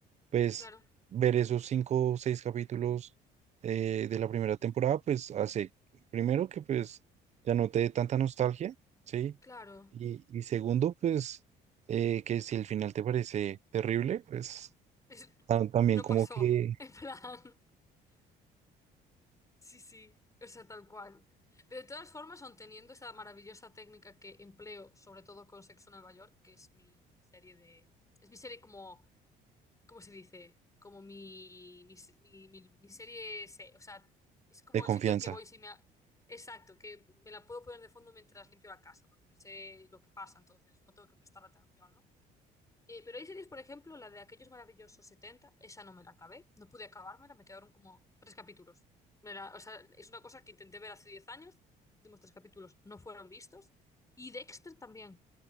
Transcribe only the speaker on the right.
pues
ver esos cinco o seis capítulos eh, de la primera temporada, pues hace primero que pues ya no te dé tanta nostalgia, ¿sí?
Y, y segundo, pues eh, que si el final te parece terrible, pues
tam- también
como
que
de confianza.